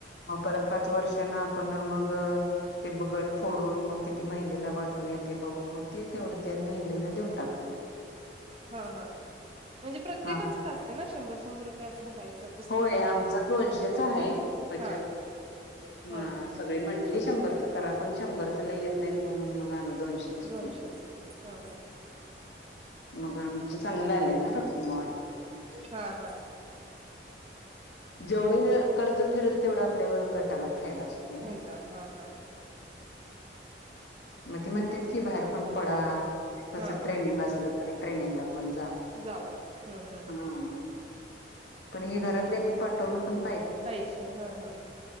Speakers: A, on the left; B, on the right.
A: मग परत पाच वर्षांना आपण मग ते गट फोडून मग किती महिलेला वाटून येते बघून मग ते तेवढ त्या महिलेला देऊन टाकत
B: हा हा म्हणजे प्रत्येकचच
A: हा
B: असतं ना शंभर शंभर रुपये असं भरायचं पुस्तकावरती
A: होय आमचा दोनशेचा आहे बचत
B: हा हा
A: म
B: हा
A: सगळी म्हंटली शंभरच करा पण शंभर च ल येत नाहीत म्हणून मग आम्ही दोनशे
B: दोनशेच
A: क
B: हा हा
A: म आम चांग आ मा
B: हा हा
A: जेवढे कर्ज फिरेल तेवढं आपल्यावर गटाला फायदा असतो
B: फायदा हा हा
A: मग ते म्हणते की बार ण प क
B: हा
A: टनंग असल तर ट्रेनिंग पण
B: जावा हम्म हम्म
A: हम् पण हे घरातल्यानी पाठवलं पण
B: हायचे हा हा